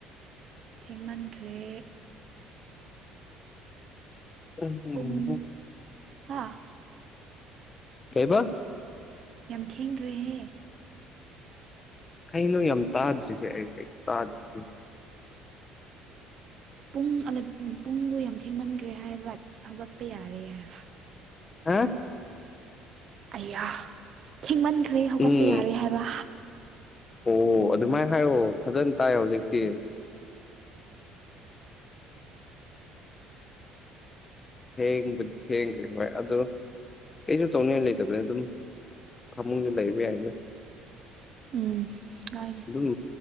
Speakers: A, on the right; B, on the left.
A: ꯊꯦꯡꯃꯟꯈ꯭ꯔꯦ
B: ꯎꯝ
A: ꯄꯨꯡ ꯍꯥꯥ
B: ꯀꯩꯕ
A: ꯌꯥꯝ ꯊꯦꯡꯈ꯭ꯔꯦꯍꯦ
B: ꯀꯩꯅꯣ ꯌꯥꯝ ꯇꯥꯗ꯭ꯔꯤꯁꯦ ꯑꯩ ꯀꯩꯁꯨ ꯇꯥꯗ꯭ꯔꯤꯁꯦ
A: ꯄꯨꯡ ꯄꯨꯡꯗꯣ ꯌꯥꯝ ꯊꯦꯡꯃꯟꯈ꯭ꯔꯦ ꯍꯥꯏꯕ ꯍꯧꯒꯠꯄ ꯌꯥꯔꯦ ꯍꯥꯏꯕ
B: ꯍꯥ
A: ꯑꯌꯥ ꯊꯦꯡꯃꯟꯈ꯭ꯔꯦ ꯍꯧꯒꯠꯄ
B: ꯎꯝ
A: ꯌꯥꯔꯦ ꯍꯥꯏꯕ
B: ꯑꯣ ꯑꯗꯨꯃꯥꯏꯅ ꯍꯥꯏꯌꯣ ꯐꯖꯅ ꯇꯥꯏ ꯍꯧꯖꯤꯛꯇꯤ ꯊꯦꯡꯕꯨꯗꯤ ꯊꯦꯡꯈ꯭ꯔꯦ ꯍꯣꯏ ꯑꯗꯣ ꯀꯩꯁꯨ ꯇꯧꯅꯤꯡꯉꯥꯏ ꯂꯩꯇꯕꯅ ꯑꯗꯨꯝ ꯐꯃꯨꯡꯗ ꯂꯩꯕ ꯌꯥꯏꯅ
A: ꯎꯝ ꯀꯥꯏꯗꯦ
B: ꯎꯝ